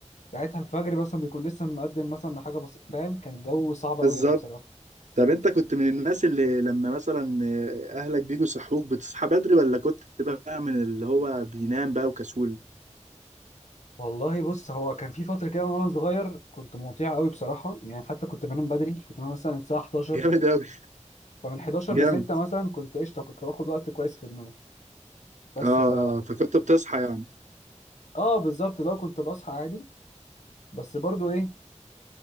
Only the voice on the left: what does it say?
ساعتها الفجر مثلا بيكون لسه مقدم مثلا من حاجه بسيطه فاهم كان الجو صعب
قوي يعني بصراحه
والله بص هو كان في فتره كده وانا صغير كنت مطيع قوي بصراحه يعني حتى كنت بنام بدري كنت بنام مثلا الساعه 11
فمن 11
ل 6 مثلا كنت قشطه كنت باخد وقت كويس في النوم بس
ف
اه بالظبط لو كنت بصحى عادي بس برضو ايه